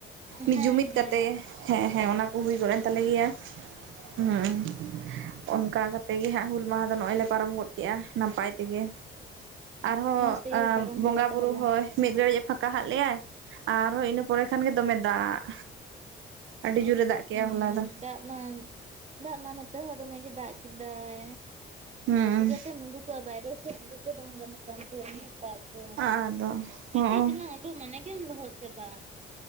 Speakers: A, on the right; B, on the right.
A: ᱢᱤᱫ
B: ᱦᱮᱸ
A: ᱡᱩᱢᱤᱫ
B: ᱦᱮᱸ
A: ᱠᱟᱛᱮ ᱦᱮᱸ ᱦᱮᱸ ᱚᱱᱟ ᱠᱚ ᱦᱩᱭ ᱜᱚᱫ ᱮᱱ ᱛᱟᱞᱮ ᱜᱮᱭᱟ ᱦᱮᱸ ᱚᱱᱠᱟ ᱠᱟᱛᱮᱮᱫ ᱜᱮ ᱦᱟᱸᱜ ᱦᱩᱞ ᱢᱟᱦᱟ ᱫᱚ ᱱᱚᱜᱼᱚᱭ ᱞᱮ ᱯᱟᱨᱚᱢ ᱜᱚᱫ ᱠᱮᱜᱼᱟ ᱱᱟᱯᱟᱭ ᱛᱮᱜᱮ ᱟᱨᱦᱚᱸ
B: ᱢᱚᱸᱡᱽ ᱛᱮᱜᱮ ᱯᱮ ᱯᱟᱨᱚᱢ
A: ᱵᱚᱸᱜᱟ
B: ᱠᱮᱫᱟ ᱛᱟᱦᱚᱞᱮ
A: ᱵᱩᱨᱩᱳ ᱦᱚᱸ ᱢᱤᱫ ᱜᱷᱟᱹᱲᱤᱡᱮ ᱯᱷᱟᱸᱠᱟ ᱟᱜ ᱞᱮᱭᱟᱭ ᱟᱨᱦᱚᱸ ᱤᱱᱟᱹ ᱯᱚᱨᱮ ᱠᱷᱟᱱᱜ ᱫᱚᱢᱮ ᱫᱟᱜ ᱟᱹᱰᱤ ᱡᱩᱨᱮ ᱫᱟᱜ ᱠᱮᱜᱼᱟ
B: ᱦᱩᱸ
A: ᱦᱚᱞᱟ ᱫᱚ
B: ᱫᱟᱜ ᱢᱟ ᱫᱟᱜ ᱢᱟ ᱱᱚᱛᱮ ᱦᱚᱸ ᱫᱚᱢᱮᱜ ᱜᱮ ᱫᱟᱜ ᱠᱮᱫᱟᱭ
A: ᱦᱩᱸ
B: ᱪᱤᱠᱠᱟᱛᱮᱢ ᱩᱰᱩᱠᱚᱜᱼᱟ ᱵᱟᱭᱨᱮ ᱥᱮ ᱩᱰᱩᱠ ᱵᱟᱝ ᱜᱟᱱᱚᱜ ᱠᱟᱱ ᱛᱟᱦᱮᱸ ᱩᱱᱟᱹᱜ ᱫᱟᱜ ᱫᱚ
A: ᱟᱫᱚ ᱦᱚᱸᱜ
B: ᱠᱟᱹᱴᱤᱡ ᱪᱟᱞᱟᱝ ᱚᱰᱚᱜ ᱢᱟᱱᱮ ᱜᱮᱢ ᱞᱚᱦᱚᱫ ᱪᱟᱵᱟᱜ